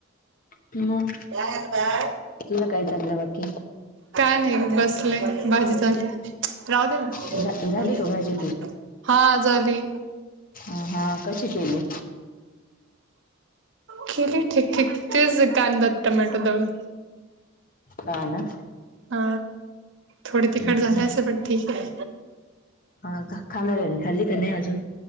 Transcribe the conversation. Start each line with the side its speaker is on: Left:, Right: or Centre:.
Left: म.
Right: कानवा <unintelligible>
Left: तुला काय चाललं बाकी.
Right: काय नाही बसले, भाजी चालीय राहूद्या ना
Left: झा- झाली का भाजी
Right: हा झाली
Left: अ हा कशी केली?
Right: केली ठीक ठीक तेच कांदा टमॅटो दळून
Left: हा ना
Right: हा थोडी
Left: हम्म,
Right: तिखट झाले अस पण ठीक ये
Left: हा का? खाणाऱ्याने खाल्लि का नाही आजून?